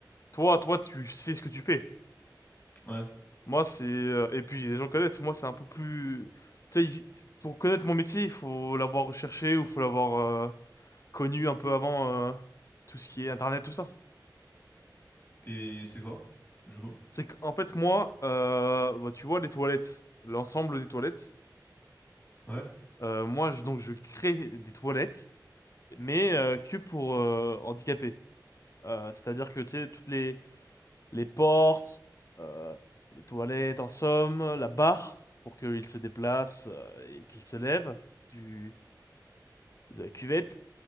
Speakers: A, on the left; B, on the left.
A: toi, toi, tu sais ce que tu fais.
B: Ouais.
A: Moi, c'est, euh, et puis, les gens connaissent, moi, c'est un peu plus, tu sais, il- pour connaître mon métier, il faut l'avoir recherché ou faut l'avoir, euh, connu un peu avant, euh, tout ce qui est Internet, tout ça.
B: Et c'est quoi? Du coup?
A: C'est qu'en fait, moi, euh, bah, tu vois, les toilettes, l'ensemble des toilettes,
B: Ouais.
A: euh, moi, je, donc, je crée des toilettes, mais, euh, que pour, euh, handicapés. Euh, c'est-à-dire que, tu sais, toutes les, les portes, euh, les toilettes, en somme, la barre, pour qu'il se déplace euh, et qu'il se lève du, de la cuvette.